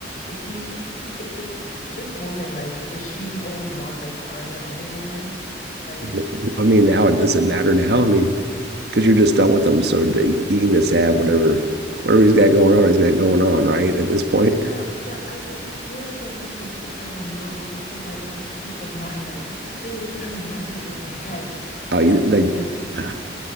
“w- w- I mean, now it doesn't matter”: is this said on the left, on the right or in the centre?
Right